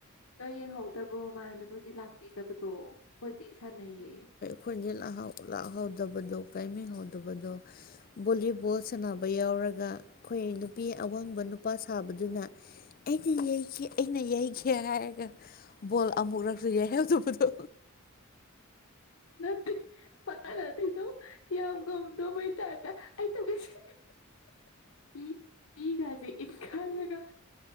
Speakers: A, on the left; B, on the left.
A: ꯅꯣꯏ ꯌꯦꯡꯍꯧꯗꯕ꯭ꯔꯣ ꯃꯃꯥꯡꯗ ꯅꯣꯏꯗꯤ ꯂꯥꯛꯄꯤꯗꯕꯗꯣ ꯈꯣꯏꯗꯤ ꯁꯥꯟꯅꯩꯌꯦ
B: ꯈꯣꯏꯗꯤ ꯂꯥꯛꯍꯧ ꯂꯥꯛꯍꯧꯗꯕꯗꯣ ꯀꯩꯝ ꯌꯦꯡꯍꯧꯗꯕꯗꯣ ꯕꯣꯂꯤꯕꯣꯜ ꯁꯥꯟꯅꯕ ꯌꯥꯎꯔꯒ ꯈꯣꯏ ꯅꯨꯄꯤ ꯑꯋꯥꯡꯕ ꯅꯨꯄꯥ ꯁꯥꯕꯗꯨꯅ ꯑꯩꯗꯤ ꯌꯩꯈꯤ ꯑꯩꯅ ꯌꯩꯈꯤ ꯍꯥꯏꯔꯒ ꯕꯣꯜ ꯑꯃꯨꯔꯛ ꯌꯩꯍꯧꯗꯕꯗꯣ
A: ꯅꯠꯇꯦ ꯃꯥꯅ ꯑꯗꯨꯏꯗꯣ ꯌꯥꯝ ꯉꯝꯗꯧꯇꯥꯏꯞꯇ ꯑꯩ ꯇꯧꯒꯦꯁꯦ ꯃꯤ ꯃꯤꯒꯥꯁꯦ ꯏꯟꯈꯥꯏꯔꯒ